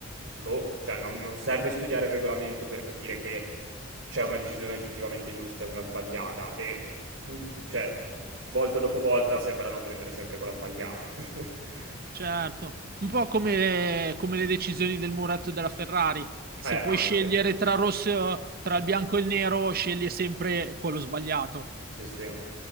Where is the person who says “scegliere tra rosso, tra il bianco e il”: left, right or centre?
Right